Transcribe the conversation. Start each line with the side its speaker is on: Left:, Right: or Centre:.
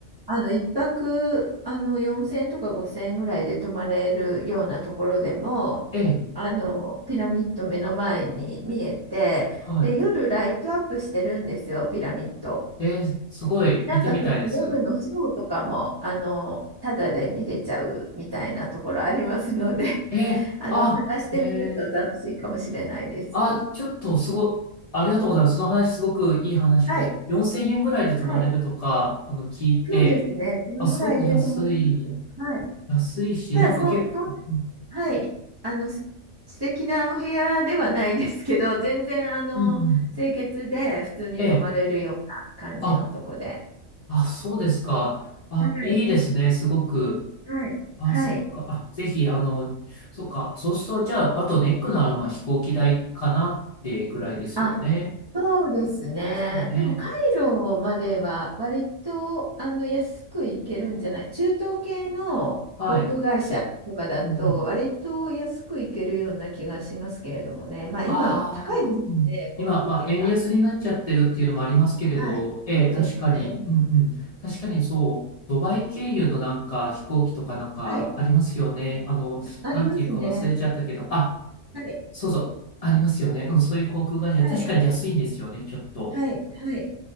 Right: あの、一泊、あの、4000円とか5000円ぐらいで泊まれるようなところでも、
Left: ええ、
Right: あの、ピラミッド目の前に見えて、
Left: はい。
Right: で、夜ライトアップしてるんですよ、ピラミッド。
Left: ええ、すごい。
Right: なんかその夜のショーとかも、
Left: 見てみたいです。
Right: あの、ただで見れちゃうみたいなところありますので、<laughs>
Left: ええ、
Right: あの、
Left: あ、
Right: 探してみると楽しいかもしれないです。
Left: へえ、あ、ちょっとすご、ありがとうございます。その話すごくいい話で、
Right: はい。
Left: 4000円ぐらいで泊まれるとか、
Right: はい。
Left: あの、聞いて、
Right: そうですね。そのぐらいでと思います。
Left: あ、すごく安い、
Right: はい。
Left: 安いし、
Right: ただ、
Left: なんか結構、
Right: そ、そん、はい。あの、す素敵なお部屋ではないですけど、全然、あの、
Left: うんうん。
Right: 清潔で普通に泊まれるような感じのとこで。
Left: ええ、あ、あ、そうですか。あ、
Right: はい。
Left: いいですね、すごく。
Right: はい。
Left: あ、
Right: はい。
Left: そっか。あ、ぜひ、あの、そっか。そうすると、じゃあ、あとネックなら、まあ、飛行機代かなってぐらいですよね。
Right: あそうですね。
Left: ですよね。
Right: でも、カイロまでは割とあの安く行けるんじゃない中東系の航空会社とかだと割と安く行けるような気がしますけれどもね。
Left: はい。うんうん。
Right: まあ今高いですよね、
Left: ああ、うんうん。今、
Right: 航空券が。
Left: まあ、円安になっちゃってるっていうのもありますけれど、
Right: はい。
Left: ええ、
Right: そうですね。
Left: 確かに、うんうん。確かにそう、ドバイ経由のなんか飛行機とかなんかありますよね。
Right: はい。
Left: あの、
Right: ありますね。
Left: なんていうか忘れちゃったけど、あ、
Right: はい。
Left: そうそう、ありますよね。うん、そういう航空会社、
Right: はい。
Left: 確かに安いんですよね、ちょっと。
Right: はい。はい。